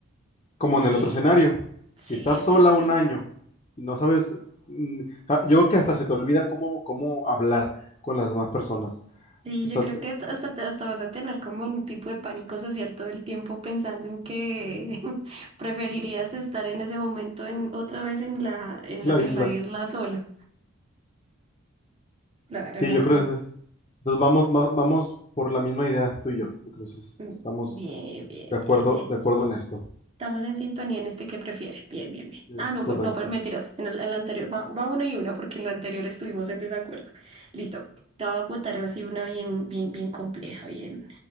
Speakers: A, on the left (about 25°); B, on the right (about 25°).
A: como
B: Sí,
A: en el otro escenario.
B: Sí,
A: Si estás
B: es
A: sola
B: que es-
A: un
B: es-
A: año y no sabes, mm, ja- yo creo que hasta se te olvida cómo, cómo hablar con las demás personas.
B: sí,
A: O
B: yo
A: sea,
B: creo
A: te-
B: que hasta, te- hasta vas a tener como un tipo de pánico social todo el tiempo pensando en que <laughs> preferirías estar en ese momento en otra vez en la, en
A: la
B: la, en
A: isla.
B: la isla sola. Claro,
A: Sí,
B: no
A: yo
B: sé.
A: creo que entonces, entonces vamos, va- vamos por la misma idea, tú y yo. Entonces
B: Mm,
A: estamos
B: Bien, bien,
A: De acuerdo,
B: bien, bien.
A: de acuerdo en esto.
B: Estamos en sintonía en este que prefieres. Bien, bien, bien.
A: Es
B: Ah, no,
A: correcto.
B: pues no, pero mentiras. En el, en la anterior va, va una y una porque en la anterior estuvimos en desacuerdo. Listo. Te voy a botar así una bien, bien, bien compleja, bien.